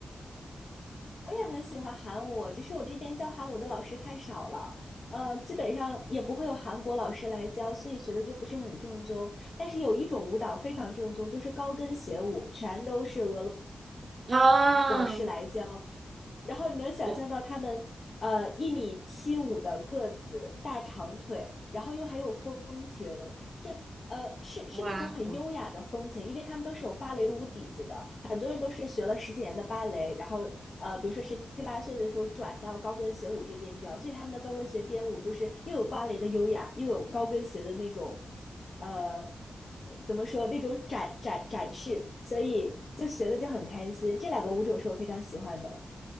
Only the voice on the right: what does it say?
啊。
我
哇，